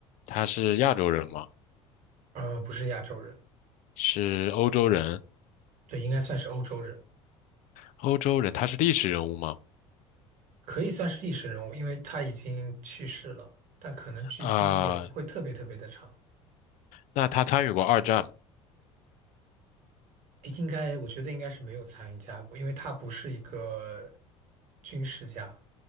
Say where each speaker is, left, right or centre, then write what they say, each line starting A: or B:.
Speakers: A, on the left (about 45°); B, on the right (about 50°).
A: 他是亚洲人吗？
B: 呃，不是亚洲人，
A: 是欧洲人？
B: 对，应该算是欧洲人，
A: 欧洲人，他是历史人物吗？
B: 可以算是历史人物，因为他已经去世了，但可能距今也不会特别特别的长。
A: 啊，那他参与过二战吗
B: 应该，我觉得应该是没有参加过，因为他不是一个军事家，